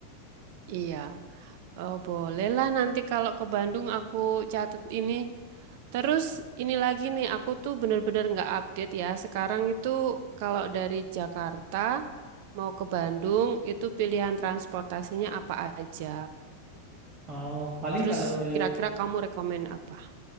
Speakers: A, on the right (about 50°); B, on the right (about 30°).
A: Iya. Oh, bolehlah nanti kalau ke Bandung aku catat ini. Terus ini lagi nih, aku tuh bener-bener nggak update ya. Sekarang itu kalau dari Jakarta mau ke Bandung itu pilihan transportasinya apa aja.
B: Oh, paling
A: Terus
B: kalau eh,
A: kira-kira kamu rekomen apa?